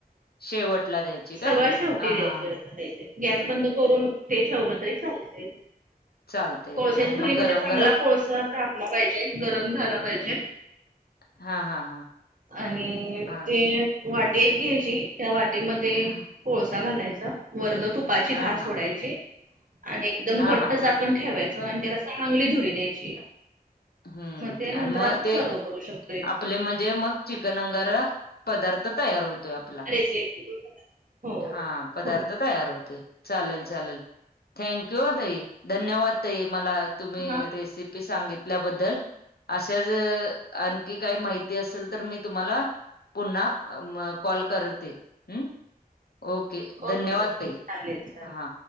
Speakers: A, on the left; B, on the right.
A: शेवटला द्यायची काय
B: सगळ्या शेवटी
A: हा हां.
B: द्यायचे गॅस बंद करून ते ठेवलं तरी चालतंय.
A: चालतय
B: कोळश्याच्या
A: आणि
B: धुरी
A: मग
B: म्हणजे
A: गरम
B: चांगला
A: गरम
B: कोळसा तापला पाहिजे. गरम झाला पाहिजे.
A: हा हा हा.
B: आणि
A: हा
B: ते वाटी एक घ्यायची त्या वाटीमध्ये
A: हा
B: कोळसा घालायचा वरनं तुपाची
A: हा
B: धार सोडायची आणि एकदम
A: हा
B: घट्ट
A: हा
B: झाकण
A: हा
B: ठेवायचं आणि त्याला चांगली धुरी द्यायची.
A: हम्म
B: मग ते नंतर
A: आणि मग
B: आपण
A: ते
B: सर्व करू शकतो.
A: आपले म्हणजे मग चिकन अंगारा पदार्थ तयार होतोय. <unintelligible>
B: रेसिपी हो
A: हा पदार्थ
B: हो
A: तयार होते चालेल चालेल थँंक्यू हो तई धन्यवाद ताई मला तुम्ही
B: हा
A: रेसिपी सांगितल्याबद्दल अशाच आणखी काही माहिती असेल तर मी तुम्हाला पुन्हा कॉल करते ह ओके
B: ओके
A: धन्यवाद
B: ओके
A: ताई
B: चालेल चालेल
A: हा